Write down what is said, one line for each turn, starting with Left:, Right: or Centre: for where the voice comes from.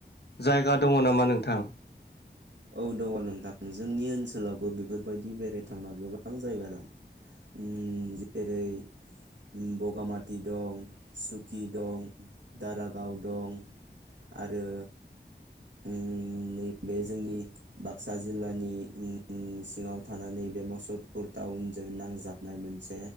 Left: जायगा दङ नामा नोंथां?
Right: औ दङ नोंथां जोंनि ओनसोलावबो बेफोरबायदि बेरायथावना गोबां जायगा दं उम जेरै उम बगामाथि दं सुकि दं दारागाव दं आरो उम नैबे जोंनि बाक्सा जिल्लानि उम सिङाव थानानै बे मसलपुर टाउनजों नांजाबनाय मोनसे